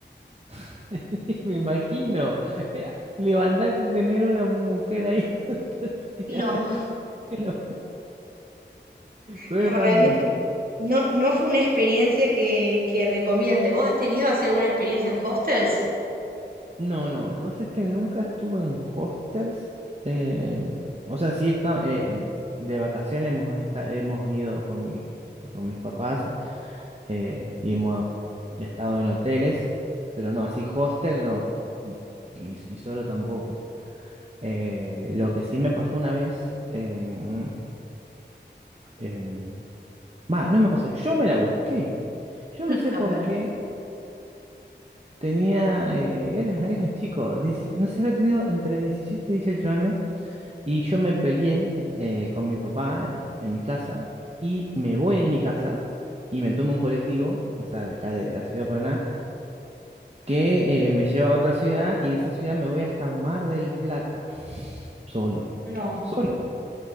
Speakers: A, on the right; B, on the right.
A: <laughs> me imagino. Eh, Levantarte y tener una mujer ahí <laughs> tirada
B: No,
A: en lo- re
B: No,
A: random.
B: realmente no, no fue una experiencia que, que recomiende. ¿Vos has tenido así alguna experiencia en hostels? <laughs>
A: No, no, lo que pasa es que nunca estuve en hostels. eh, o sea, sí está, eh, de vacaciones hemos, esta- hemos ido con, mi- con mis papás eh, y hemos estado en hoteles, pero no, así hostel no, y, y, y solo tampoco. Eh, lo que sí me pasó una vez, em, em, va, no me pasó, yo me la busqué. Yo
B: Mm,
A: no sé
B: A
A: por
B: ver,
A: qué tenía, eh, era, era chico, dieci- no sé, había tenido entre 17 y 18 años. Y yo me peleé eh, con mi papá en mi casa y me voy de mi casa y me tomo un colectivo, o sea, de acá de la ciudad de Paraná, que eh, me lleva a otra ciudad y de esa ciudad me voy hasta Mar del Plata, solo,
B: No,
A: solo.